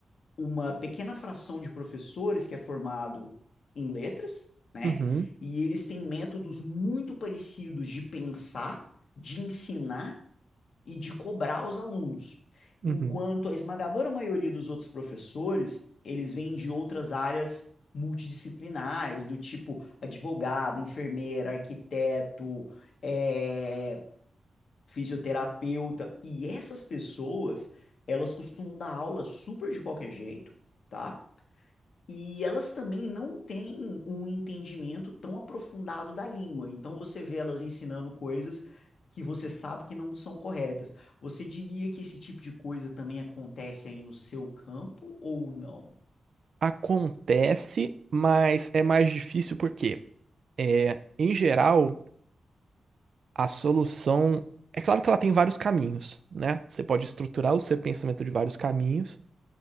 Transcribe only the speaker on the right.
Uhum,
uhum.
Acontece, mas é mais difícil por quê? É, em geral, a solução. É claro que ela tem vários caminhos, né? Você pode estruturar o seu pensamento de vários caminhos,